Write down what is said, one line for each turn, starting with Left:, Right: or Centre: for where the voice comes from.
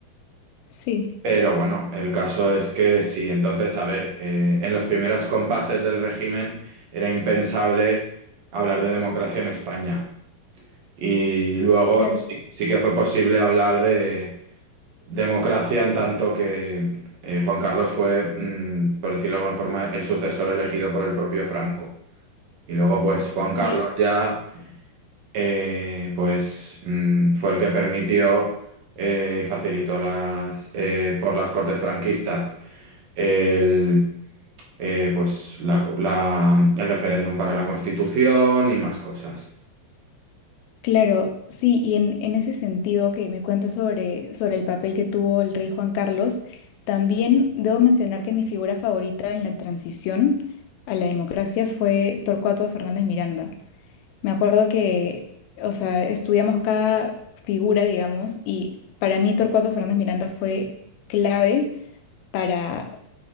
Left: sí,
Right: Pero bueno, el caso es que sí, entonces, a ver, eh, en los primeros compases del régimen era impensable hablar de democracia en España. Y luego
Left: claro,
Right: sí, sí que fue posible hablar de democracia en tanto que eh, Juan Carlos fue, mm, por decirlo de alguna forma, el sucesor elegido por el propio Franco. Y luego, pues, Juan Carlos
Left: sí,
Right: ya, eh, pues, mm, fue el que permitió eh, y facilitó las, eh, por las Cortes franquistas el, eh, pues, la- la- el referéndum para la Constitución y más cosas.
Left: claro, sí. Y en, en ese sentido que me cuentas sobre, sobre el papel que tuvo el rey Juan Carlos, también debo mencionar que mi figura favorita en la transición a la democracia fue Torcuato Fernández Miranda. Me acuerdo que, o sea, estudiamos cada figura, digamos, y para mí Torcuato Fernández Miranda fue clave para,